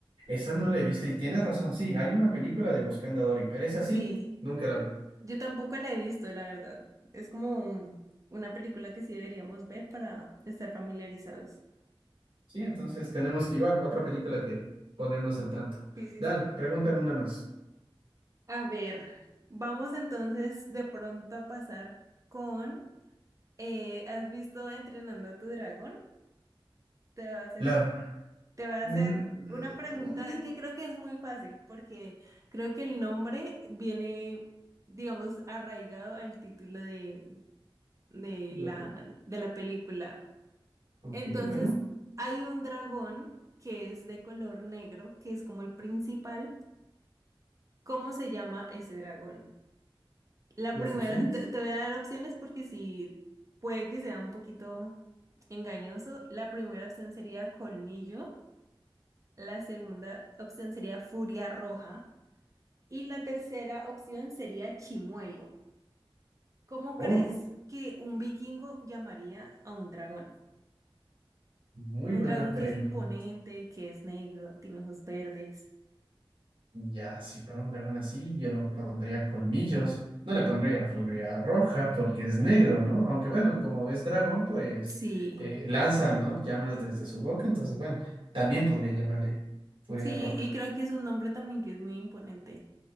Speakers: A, on the right (about 65°); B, on the right (about 35°).
A: esa no la he visto y tienes razón, sí, hay una película de Buscando a Dory, pero esa
B: Sí,
A: sí, nunca la vi.
B: yo tampoco la he visto, la verdad. Es como un- una película que sí deberíamos ver para estar familiarizados.
A: Sí, entonces tenemos que igual, otra película que ponernos al tanto.
B: Sí, sí,
A: Dale,
B: sí.
A: pregúntame una más.
B: A ver, vamos entonces de pronto a pasar con, eh, ¿has visto Entrenando a tu dragón? Te va a hacer
A: La...
B: una Te voy a
A: Mm,
B: hacer
A: mm,
B: una pregunta que creo que es muy fácil, porque creo que el nombre viene, digamos, arraigado al título de, de
A: de
B: la,
A: la peli-
B: de la película.
A: Ok,
B: Entonces,
A: bueno,
B: hay un dragón que es de color negro, que es como el principal. ¿Cómo se llama ese dragón? La
A: las
B: primera,
A: opciones.
B: te, te voy a dar opciones porque sí, puede que sea un poquito engañoso. La primera opción sería colmillo. La segunda opción sería Furia Roja. Y la tercera opción sería Chimuelo. ¿Cómo
A: Ok,
B: crees que un vikingo llamaría a un dragón?
A: muy
B: Un
A: buena
B: dragón
A: pregunta.
B: que es imponente, que es negro, tiene ojos verdes.
A: Ya, si fuera un dragón así, yo lo pondría colmillos. No le pondría furia roja porque es negro, ¿no? Aunque bueno, como es dragón, pues
B: Sí,
A: eh, lanza, ¿no? Llamas desde su boca, entonces bueno, también podría llamarle furia
B: sí,
A: roja.
B: y creo que es un nombre también que es muy imponente.